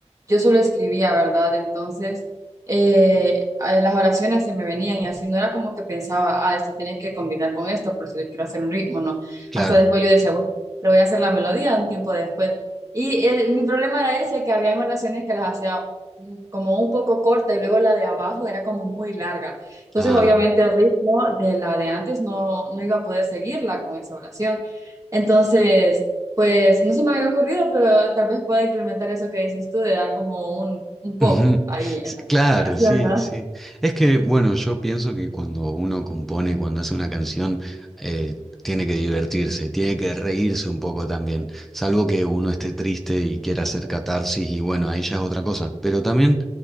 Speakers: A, on the right; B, in the centre.
A: yo solo escribía, ¿verdad? Entonces eh, a- las oraciones se me venían y así no era como que pensaba, ah, esto tiene que combinar con esto por si le quiero hacer un ritmo, no.
B: Claro.
A: Hasta después yo decía, bueno, le voy a hacer la melodía un tiempo después. Y eh, mi problema era ese, que habían oraciones que las hacía mm, como un poco corta y luego la de abajo era como muy larga. Entonces,
B: Ah,
A: obviamente, el ritmo de la de antes no, no iba a poder seguirla con esa oración. Entonces, pues no se me había ocurrido, pero tal vez pueda implementar eso que dices tú de dar como un, un pop
B: Ujú.
A: ahí en
B: Sí,
A: la,
B: Claro,
A: la canción,
B: sí,
A: ¿no?
B: sí. Es que, bueno, yo pienso que cuando uno compone, cuando hace una canción, eh, tiene que divertirse, tiene que reírse un poco también, salvo que uno esté triste y quiera hacer catarsis y bueno, ahí ya es otra cosa. Pero también